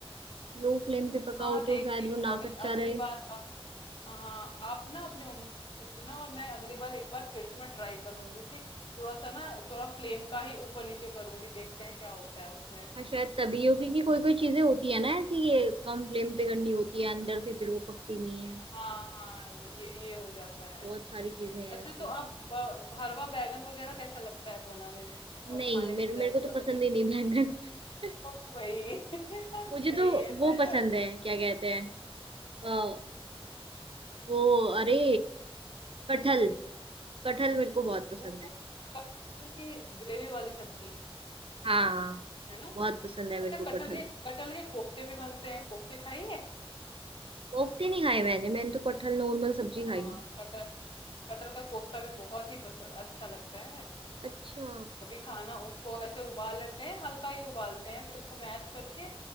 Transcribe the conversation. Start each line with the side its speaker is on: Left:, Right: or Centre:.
Right: लो फ्लेम पे पकाओ
Left: हाँ देखती
Right: तो शायद
Left: हूँ
Right: वो ना
Left: अगली
Right: कच्चा
Left: अगली
Right: रहे
Left: बार अ, हाँ आप ना अपनी मम्मा से पूछना और मैं अगली बार एक बार फिर से मैं ट्राई करूंगी कि थोड़ा सा ना थोड़ा फ्लेम का ही ऊपर नीचे करूंगी देखते हैं क्या होता है उसमें
Right: हाँ शायद तभी हो क्योंकि कोई कोई चीजें होती है ना ऐसी ये कम फ्लेम पे करनी होती है अंदर से फिर वो पकती नहीं है
Left: हाँ हाँ ये ये हो जाता है
Right: बहुत सारी चीजें हैं
Left: अच्छा
Right: ऐसी
Left: तो आप ब- भरवा बैगन वगैरह कैसा लगता है बनाने में और
Right: नहीं
Left: खाने में
Right: मेरे
Left: तो जाहिर
Right: मेरे
Left: सी
Right: को तो
Left: बात
Right: पसंद
Left: है टेस्टी
Right: ही नहीं
Left: लगे
Right: बैंगन <laughs>
Left: ओ भाई <laughs>
Right: मुझे
Left: सही
Right: तो
Left: है
Right: वो पसंद है क्या कहते हैं
Left: क्या
Right: अ, वो अरे कटहल कटहल मेरे को बहुत पसंद
Left: वो
Right: है
Left: कटहल की ग्रेवी वाली सब्जी
Right: हाँ
Left: है ना
Right: बहुत पसंद है मेरे
Left: अच्छा
Right: को
Left: कटहल
Right: कटहल
Left: के कटहल के कोफ्ते भी बनते हैं कोफ्ते खाइए
Right: कोफ्ते नहीं खाए मैंने मैंने तो कटहल नॉर्मल सब्जी
Left: हाँ
Right: खाई
Left: कटहल कटहल का कोफ्ता भी बहुत ही पसंद अच्छा लगता है
Right: अच्छा
Left: कभी खाना उसको ऐसे उबाल लेते हैं हल्का ही उबालते हैं फिर उसको मैश करके